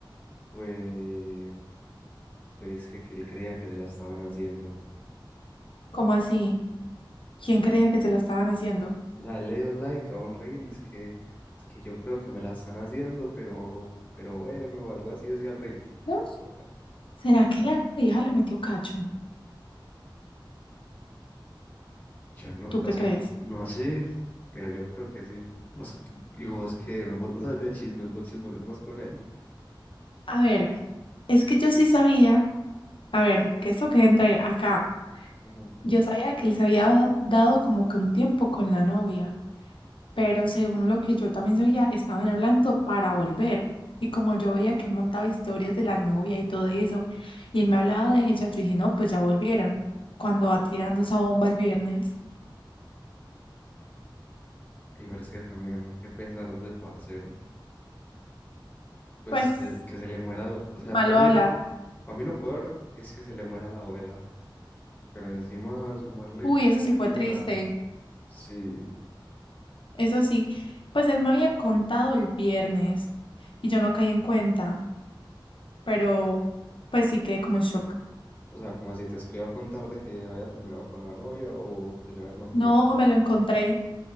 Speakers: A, on the left; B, on the left.
A: fue pues que, que él creía que se la estaban haciendo.
B: ¿cómo así? ¿Quién
A: Sí.
B: creía que se la estaban haciendo?
A: O sea, él le dio like a un reel y es que es que yo creo que me la están haciendo, pero pero bueno, algo así decía el reel.
B: ¿No?
A: No toca
B: ¿Será que la vieja le metió cacho?
A: Yo no,
B: ¿Tú qué
A: o sea,
B: crees?
A: no sé, pero yo creo que sí. Vos- y vos que vos no sabes de chismes, vos chismoseas más con él.
B: A ver, es que yo sí sabía A ver, que esto que entra acá.
A: Ujú.
B: Yo sabía que él se había dado dado como que un tiempo con la novia, pero según lo que yo también sabía, estaban hablando para volver. Y como yo veía que él montaba historias de la novia y todo eso, y él me hablaba de ella, yo dije, no, pues ya volvieron. Cuando va tirando esa bomba el viernes,
A: Y pero que también, qué pesar de parcero. Pues
B: pues
A: eh, que se le muera, el- o sea,
B: malo
A: para mí
B: hablar.
A: lo, para mí lo peor es que se le muera la abuela. Pero encima sumarle
B: Uy,
A: que le
B: eso
A: termine
B: sí fue triste.
A: la... Sí,
B: Eso sí, pues él me había contado el viernes y yo no caí en cuenta, pero pues sí quedé como en shock.
A: o sea, como así te escriba a contarte que había terminado con la novia o que se le había muerto
B: No,
A: la abuela.
B: me lo encontré.